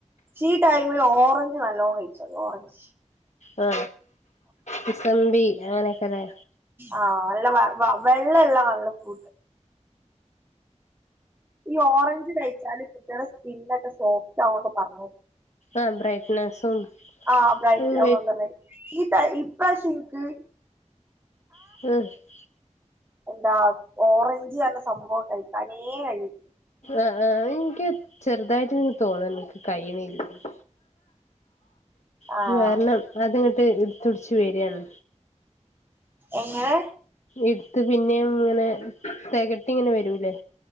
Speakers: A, on the right; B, on the left.
A: ഈ ടൈമിൽ ഓറഞ്ച് നല്ലോ കഴിച്ചോളി ഓറഞ്ച്
B: ആ മുസബി അങ്ങനെയൊക്കെ ലേ
A: ആ നല്ല വ വെള്ളം ഇളള നല്ല ഫൂട്ട് ഈ ഓറഞ്ച് കഴിച്ചാല് കുട്ടിളെ സ്കിന്നക്കെ സോഫ്റ്റ് ആവുന്നോക്കെ പറ് ഞ്ഞേ
B: ആഹ് ബ്രൈറ്റ്നസും
A: ആഹ് ബ്രൈറ്റ്
B: ഉം
A: ആ ഓ പറഞ്ഞാ രി ഈ ടൈ ഇപ്രാശ്യം ഇൻക്ക്
B: <unintelligible>
A: എന്താ ഓറഞ്ച് റ്ഞ്ഞ സംഭവം കഴിക്കാനേ കഴിയി
B: ആഹ് ആഹ് ഇനിക്ക് ചെറുതായിട്ട് ര് തോന്നലുണ്ട് ന്ക്ക് കയ്യ്ണ്ല്ലാന്ന്
A: ആഹ്
B: ത് കാരണം അത്ങ്ങട്ട് ഇടുത്ത്ടിച്ച് വരാണ്
A: എങ്ങനെ
B: ഇടുത്ത് പിന്നെയും ഇങ്ങനെ തികട്ടി ഇങ്ങനെ വരൂല്ലേ